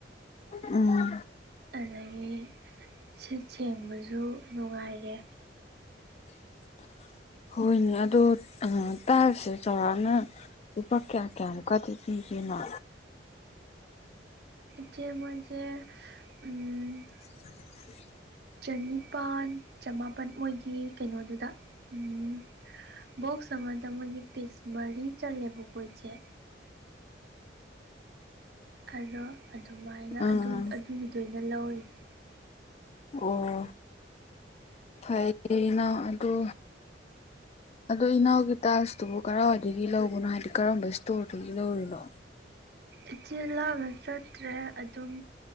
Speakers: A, on the left; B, on the right.
A: ꯎꯝ
B: ꯑꯗꯒꯤ ꯁꯤꯠ ꯁꯦꯡꯕꯁꯨ ꯅꯨꯡꯉꯥꯏꯔꯦ
A: ꯑ ꯍꯣꯏꯅꯦ ꯑꯗꯣ ꯇꯥꯁꯦ ꯆꯥꯎꯔꯥꯛꯅ ꯂꯨꯄꯥ ꯀꯌꯥ ꯀꯌꯥ ꯀꯗꯤ ꯊꯤꯁꯤꯅꯣ
B: ꯆꯦ ꯃꯦ
A: <inaudible>
B: ꯆꯅꯤꯄꯥꯜ ꯆꯃꯥꯄꯜ ꯃꯣꯏꯒꯤ ꯀꯩꯅꯣꯗꯨꯗ ꯎꯝ ꯕꯣꯛꯁ ꯑꯃꯗ ꯃꯣꯏꯒꯤ ꯄꯤꯁ ꯃꯔꯤ ꯆꯠꯂꯦꯕꯣ ꯀꯣꯏꯁꯦ ꯑꯗꯣ ꯑꯗꯨꯃꯥꯏꯅ
A: ꯑꯥ
B: ꯑꯗꯨꯒꯤꯗ ꯑꯣꯏꯅ ꯂꯧꯔꯤꯁꯦ
A: ꯑꯣ ꯐꯥꯏꯅ ꯑꯗꯨ ꯑꯗꯣ ꯏꯅꯥꯎꯒꯤ ꯇꯖꯇꯨꯕꯨ ꯀꯔꯥꯏꯋꯥꯏꯗꯒꯤ ꯂꯧꯕꯅꯣ ꯍꯥꯏꯗꯤ ꯀꯔꯝꯕ ꯏꯁꯇꯣꯔꯗꯒꯤ ꯂꯧꯔꯨꯅꯣ
B: ꯏꯆꯦ ꯂꯥꯛꯅ ꯆꯠꯇ꯭ꯔꯦ ꯑꯗꯨꯝ